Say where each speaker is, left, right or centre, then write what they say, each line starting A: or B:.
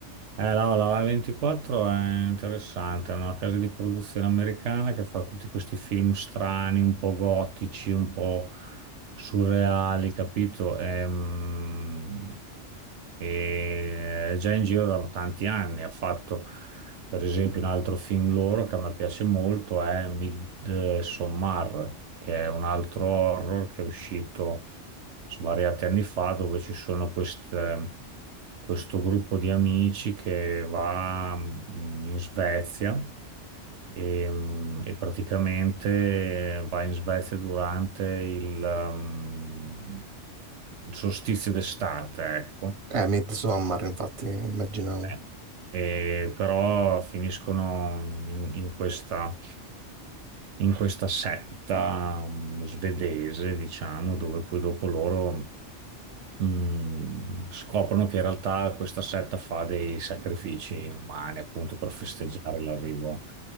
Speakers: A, on the right (about 75°); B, on the right (about 30°).
A: Eh, no, la A24 è interessante, è una casa di produzione americana che fa tutti questi film strani, un po' gotici, un po' surreali, capito? Ehm, E, è già in giro da tanti anni. Ha fatto, per esempio, un altro film loro che a me piace molto, è Midsommar, che è un altro horror che è uscito svariati anni fa, dove ci sono queste- questo gruppo di amici che va mm, in Svezia e, mm, e praticamente va in Svezia durante il, mm, il solstizio d'estate, ecco.
B: Eh, Midsommar, infatti, immaginavo.
A: Eh, E però finiscono in, in questa, in questa setta mm, svedese, diciamo, dove poi dopo loro mm, scoprono che in realtà questa setta fa dei sacrifici umani appunto per festeggiare l'arrivo